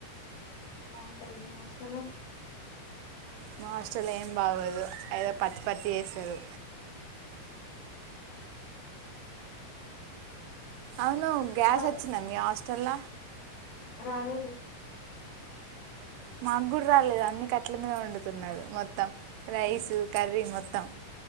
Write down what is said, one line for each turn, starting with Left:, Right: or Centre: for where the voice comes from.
Left: బాగుంటది మీ హస్టల్లో
Right: మా హాస్టలో ఏం బాగోదు ఏదో పచ్చి పచ్చి చేస్తారు అవును గ్యాస్
Left: రాలేదు
Right: వచ్చిందా మీ హాస్టల్
Left: రాలేదు
Right: మాకు గుడా రాలేదు అన్ని కట్ల మీద వండుతున్నారు మొత్తం రైస్
Left: ఉమ్,
Right: కర్రీ మొ త